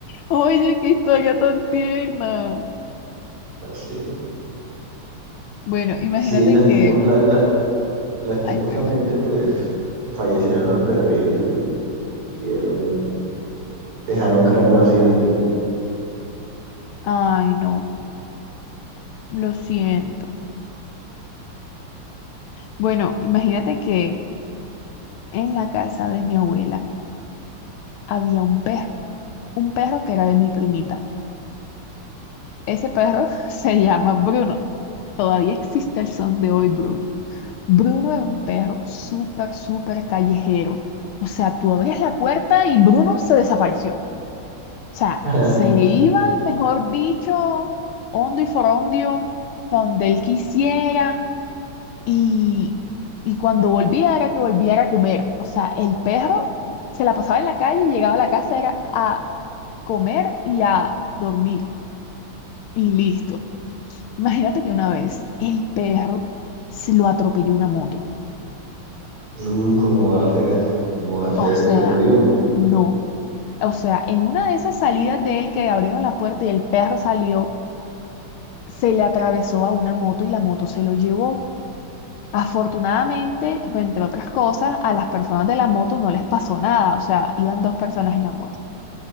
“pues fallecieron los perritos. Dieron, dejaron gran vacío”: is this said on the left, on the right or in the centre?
Right